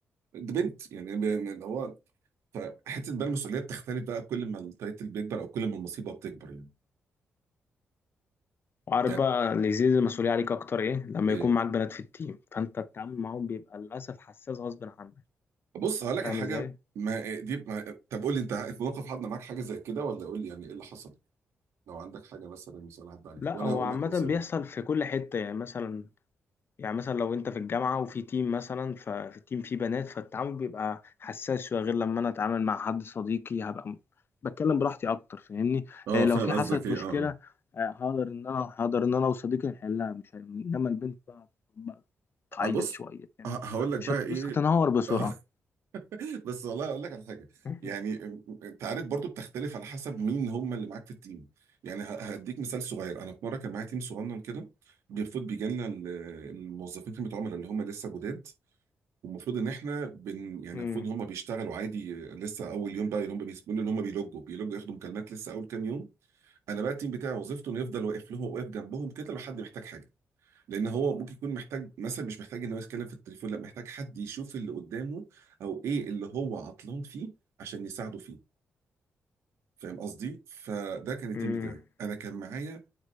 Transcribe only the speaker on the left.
وعارف
بقى اللي يزيد المسؤولية عليك أكتر إيه لما
يكون معاك بنات في التيم فأنت التعامل معاهم بيبقى للأسف حساس غصب عنك
فاهم
إزاي؟
لا
هو
عامة
بيحصل في كل حتة يعني مثلا يعني مثلا لو انت في الجامعة وفي تيم مثلا ففي التيم فيه بنات فالتعامل بيبقى حساس شوية غير لما انا اتعامل مع حد صديقي هبقى م- بتكلم براحتي اكتر فاهمني
آه، لو
في
حصلت
مشكلة
آه، هقدر ان انا هقدر ان انا وصديقي نحلها مش هن- انما البنت بقى بقى تعيط
شوية تعمل
مش
هتبص
هتنهار بسرعة
<laughs>
امم
امم